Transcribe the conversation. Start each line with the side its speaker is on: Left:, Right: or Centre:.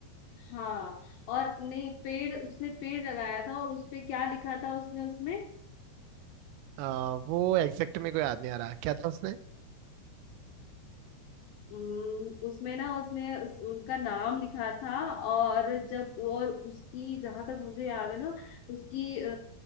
Left: हाँ और नहीं पेड़ उसने पेड़ लगाया था और उसपे क्या लिखा था उसने उसमें
Right: आ, वो एग्जैक्ट में कोई याद नहीं आ रहा क्या था उसने
Left: अम, उसमें ना उसने उस, उनका नाम लिखा था और जब और उसकी जहां तक मुझे याद है ना उसकी अ,